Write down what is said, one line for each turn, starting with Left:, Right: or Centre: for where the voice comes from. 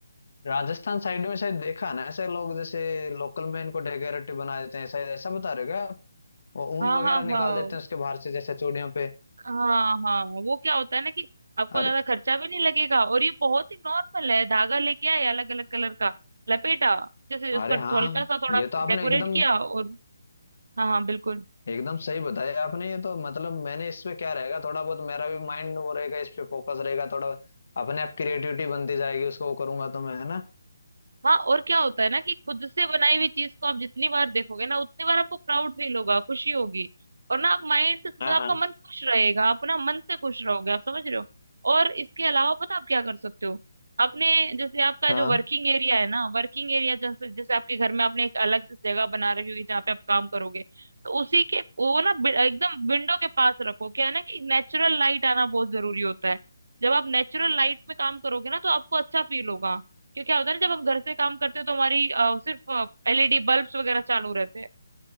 Left: राजस्थान साइड में शायद देखा ना ऐसे लोग जैसे लोकल में इनको डेकोरेटिव बना देते हैं शायद ऐसा बता रहे हो क्या आप? वो ऊन
Right: हाँ
Left: वगैरह
Right: हाँ
Left: निकाल
Right: हाँ
Left: देते हैं उसके बाहर से जैसे चूड़ियों पे
Right: हाँ हाँ वो क्या होता है ना कि आपको
Left: अरे
Right: ज्यादा खर्चा भी नहीं लगेगा और ये बहुत ही नॉर्मल है धागा लेके आए अलग अलग कलर का लपेटा जैसे उसका
Left: अरे हाँ
Right: हल्का सा थोड़ा
Left: ये तो आपने
Right: डेकोरेट
Left: एकदम
Right: किया और हाँ हाँ बिल्कुल
Left: एकदम सही बताया आपने ये तो मतलब मैंने इस पे क्या रहेगा थोड़ा बहुत मेरा भी माइंड वो रहेगा इस पे फोकस रहेगा थोड़ा अपने आप क्रिएटिविटी बनती जाएगी उसको वो करूंगा तो मैं है ना
Right: हाँ और क्या होता है ना कि खुद से बनाई हुई चीज को आप जितनी बार देखोगे ना उतनी बार आपको प्राउड फील होगा खुशी होगी और ना आप माइंड से मतलब
Left: हाँ
Right: आपका
Left: हाँ
Right: मन खुश रहेगा आप ना मन से खुश रहोगे आप समझ रहे हो और इसके अलावा पता आप क्या कर सकते हो आपने जैसे आपका
Left: हाँ
Right: जो वर्किंग एरिया है ना वर्किंग एरिया जैसे जैसे आपके घर में आपने एक अलग से जगह बना रखी होगी जहाँ पे आप काम करोगे तो उसी के वो ना बि- एकदम विंडो के पास रखो क्या है ना कि नेचुरल लाइट आना बहुत जरूरी होता है जब आप नेचुरल लाइट में काम करोगे ना तो आपको अच्छा फील होगा क्योंकि क्या होता है ना जब हम घर से काम करते हैं तो हमारी अ, सिर्फ एलईडी बल्ब्स वगैरह चालू रहते हैं